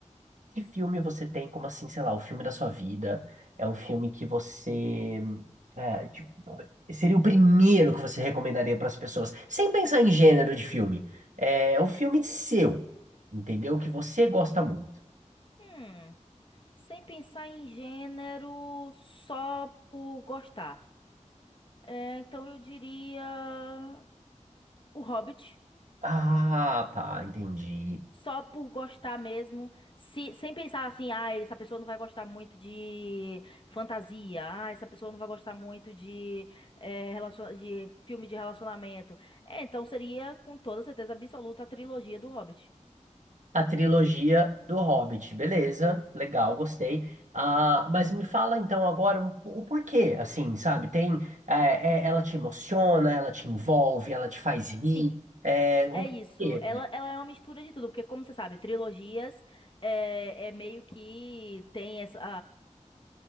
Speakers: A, on the right; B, on the left.
A: Que filme você tem como assim, sei lá, o filme da sua vida? É um filme que você. é, tipo, seria o primeiro que você recomendaria para as pessoas, sem pensar em gênero de filme. É o filme seu, entendeu? Que você gosta muito.
B: Hum, Sem pensar em gênero, só por gostar. É, então eu diria O Hobbit.
A: Ah, tá, entendi.
B: Só por gostar mesmo, se- sem pensar assim, ah, essa pessoa não vai gostar muito de fantasia, ah, essa pessoa não vai gostar muito de, eh, relaciona- de filme de relacionamento. É, então seria com toda certeza absoluta a trilogia do Hobbit.
A: A trilogia do Hobbit, beleza, legal, gostei. Ah,
B: Sim.
A: mas me fala então agora um- o porquê, assim, sabe? Tem, é, é- ela te emociona, ela te envolve, ela te faz rir,
B: Sim.
A: é, o
B: É isso,
A: quê,
B: ela,
A: né?
B: ela é uma mistura de tudo, porque como você sabe, trilogias é, é meio que tem essa,